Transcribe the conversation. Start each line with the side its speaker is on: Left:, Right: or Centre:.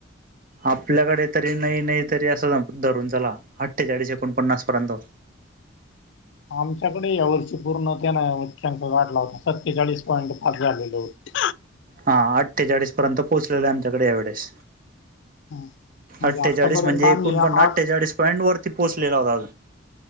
Right: आपल्याकडे तरी नाही नाही तरी असं धरून चला अठ्ठेचाळीस एकोणपन्नास पर्यंत.
Left: आमच्याकडे या वर्षी पूर्ण त्या ना मुख्यांक गढला होता सत्तेचाळीस पॉईंट पाच झालेले होते.
Right: हा आठ्ठेचाळीस पर्यंत पोहोचलेले आमच्याकडे यावेेळेस
Left: हम्म. म्हणजे
Right: अठ्ठेचाळीस
Left: आतापर्यंत
Right: म्हणजे एकोणपन्न
Left: आम्ही आठ
Right: अठ्ठेचाळीस पॉइईंट वरती पोहचलेला होता.